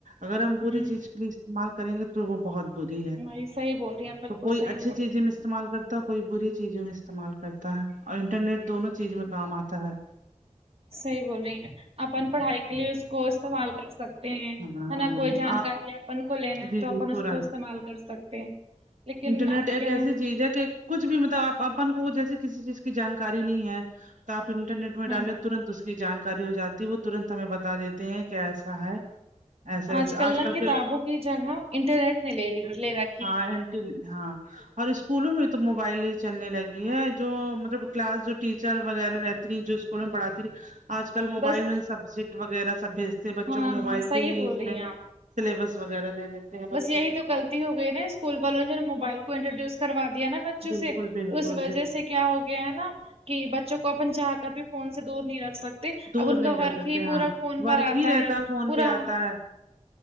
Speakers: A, on the right; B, on the right.
A: اگر ہم بری
B: ہوں
A: چیز لیے استعمال کریں گے تو وہ بہت بھ ہے
B: بھائی صحیح بول رہی ہیں بالکل
A: تو کوئی
B: صحیح
A: اچھی
B: بول
A: چیزیں
B: رہی ہیں
A: م استعمال کرتا کوئی بری چیزوں میں استعمال کرتا ہے اور انٹرنیٹ دونوں چیز میں کام آتا ہے
B: صحیح بول رہی ہیں اپپن پڑھائی کے لیے اس کو استعمال کر سکتے س
A: ہاں
B: ہیں نا کوئی جانکاری اپن کو لینا ہے
A: جی
B: تو
A: جی
B: اپن
A: تورنت
B: اس کو استعمال کر سکتے ہیں لیکن
A: انٹرنیٹ
B: اب
A: ایک
B: کیا
A: ایسی چیز ہے کہ کچھ بھی مطلب آ اپن کو جیسے کسی چیز کی جانکاری نہیں ہے تو آپ انٹرنیٹ میں
B: ہوں
A: ڈالیں ترنت اس کے کی جانکاری ہو جاتی ہے وہ ترنت ہمیں بتا دیتے ہیں کیسا ہے ایسے ویسے
B: آج کل نا کتابوں
A: کے
B: کی جگہ انٹرنیٹ نے لے لے رہا
A: ہاں اٹ ہاں <unintelligible> اور اسکولوں میں تو موبائل ہی چلنے لگی ہے جو مطلب کلاس جو ٹیچر وغیرہ رہتی جو اسکول پڑھاتی تی آج کل موبائل
B: بس
A: میں سبجیکٹ وغیرہ سب بھیج سے بچوں
B: ہاں
A: کو موبائل
B: ہاں صحیح
A: سے ہی
B: بول
A: اس
B: رہی
A: میں
B: ہیں آپ
A: سلیبس وغیرہ دے دیتے ہیں
B: بس
A: بچوں
B: یہی
A: کوھ
B: تو غلطی ہو گئے نکول والوں انہ نے موبائل کو انٹوڈیوس کرا دیا نا بچوں
A: بالکل
B: سے
A: بالکل
B: تو اس وجہ
A: بالکل
B: سے کیا ہو گیا ہے نا کہ بچوں کو اپن چاہ کر بھی فون سے دور نہیں رکھ سکتے
A: دور
B: اب ان
A: نہیں
B: کا
A: رہ
B: ورک
A: سکتے
B: ہی پورا
A: ہاں
B: فون
A: ورک
B: پر آتا
A: ہی رہتا
B: ہے
A: فون
B: پورا
A: پہ آتا ہے